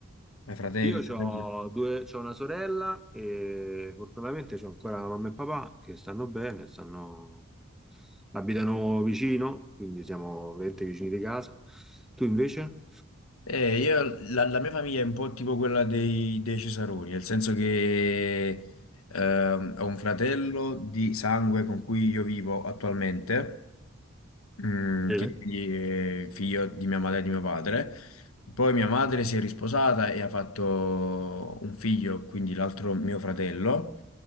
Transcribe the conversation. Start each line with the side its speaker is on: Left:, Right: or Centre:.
Left: i fratelli,
Centre: Io
Left: sorelle.
Centre: ho due, c'ho una sorella e fortunatamente c'ho ancora mamma e papà che stanno bene, stanno- abitano vicino, quindi siamo veramente vicini di casa. Tu invece?
Left: Eh, io- la, la mia famiglia è un po' tipo quella dei, dei Cesaroni, nel senso che ehm, ho un fratello di sangue con cui io vivo attualmente, mm,
Centre: Sì.
Left: che quindi è figlio di mia madre e di mio padre. Poi mia madre si è risposata e ha fatto un figlio, quindi l'altro mio fratello.